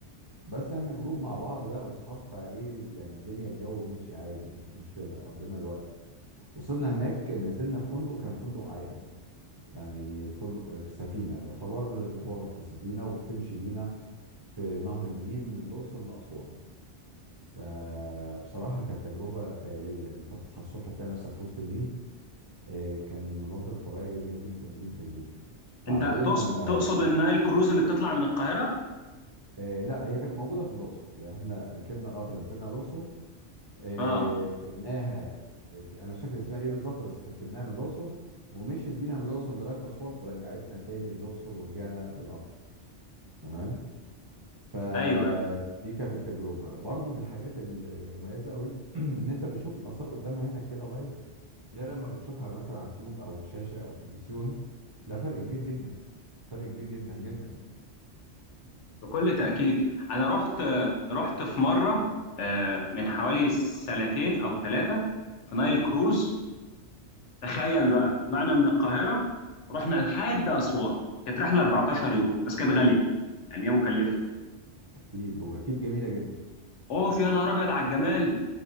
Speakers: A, on the right; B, on the left.
A: بس احنا جروب مع بعض بقى واصحاب فايه يعني الدنيا الجو ماشي عادي مفيش مشكله قضينا الوقت وصلنا هناك نزلنا في فندق كان فندق عائم يعني فندق في سفينه يعتبر الغرف في سفينه وبتمشي بينا في نهر النيل من الاقصر لاسوان فبصراحه كانت تجربه خياليه يعني انت تصحى الصبح تلاقي نفسك في وسط النيل آه، كان مناظر طبيعيه جميله جدا جدا جدا بعدين
B: انت تقصد
A: لما
B: تقصد النايل كروز اللي بتطلع من القاهره
A: آه، لا هي كانت موجوده في الاقصر يعني احنا ركبنا قطر نزلنا الاقصر آه،
B: اه
A: ركبناها آه، ك- انا مش فاكر اسمها ايه بالظبط بس ركبناها من الاقصر ومشيت بينا من الاقصر لغايه اسوان ورجعتنا تاني الاقصر ورجعنا بالقطر تمام فدي
B: ايوه ايوه
A: كانت التجربه برضو من الحاجات المميزه قوي <clears throat> ان انت بتشوف الاثار قدام عينك كده لايف غير لما بتشوفها مثلا على تيوب او شاشه او تلفزيون ده فرق كبير جدا فرق كبير جدا جدا يعني
B: بكل تاكيد انا رحت رحت في مره آه، من حوالي سنتين او ثلاثه في نايل كروز تخيل بقى
A: تمام
B: طلعنا من القاهره رحنا لحد اسوان كانت رحله 14 يوم بس كانت غاليه يعني هي مكلفه
A: اكيد واكيد جميله جدا
B: اوف يا نهار ابيض على الجمال